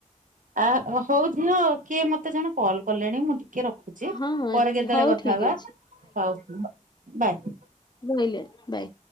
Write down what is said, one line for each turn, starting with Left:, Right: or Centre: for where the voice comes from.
Right: ଆ ହଉ ଝିଅ, କିଏ ମତେ ଜଣେ କଲ୍ କଲେଣି। ମୁଁ ଟିକେ ଟିକେ ରଖୁଛି।
Left: ହଁ ହଁ
Right: ପରେ କେତେବେଳେ
Left: ହଉ
Right: କଥା
Left: ଠିକ
Right: ହବା। ହଉ, ବାଏ।
Left: ବୋଇଲେ, ବାଏ।